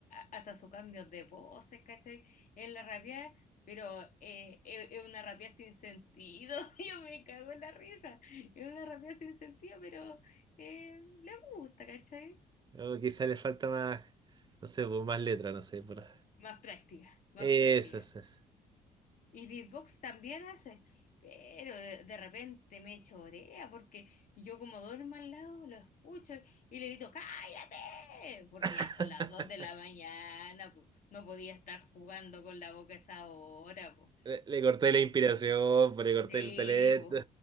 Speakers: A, on the left; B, on the right.
A: hasta sus cambios de voces, ¿cachai? En la rabia, pero eh, es es una rabia sin sentido, <laughs> yo me cago en la risa, es una rabia sin sentido, pero eh, le gusta, ¿cachai?
B: o quizá le falta más, no sé, pues, más letra, no sé. por-
A: Más práctica, más
B: Eso,
A: práctica.
B: eso, eso.
A: Y beatbox también hace, pero de, de repente me chorea porque yo como duermo al lado lo escucho y le grito, ¡cállate! Porque
B: <laughs>
A: ya son las 2 de la mañana, po. No podía estar jugando con la boca a esa hora, po.
B: Le, le corté la inspiración, pues, le corté
A: Sí,
B: el talento.
A: po.